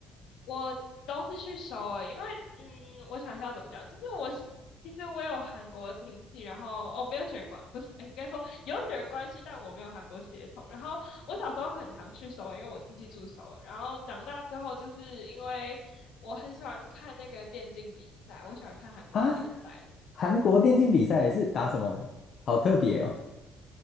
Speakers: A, on the left; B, on the left.
A: 我都是去首尔，因为嗯，我想一下怎么讲，就是我是其实我有韩国亲戚，然后哦没有血缘关，不是，<laughs> 哎应该说有血缘关系，但我没有韩国血统。然后我小时候很常去首尔，因为我亲戚住首尔。然后长大之后，就是因为我很喜欢看那个电竞比赛，我喜欢看韩国的联赛，
B: 啊？韩国电竞比赛是打什么的？好特别哦，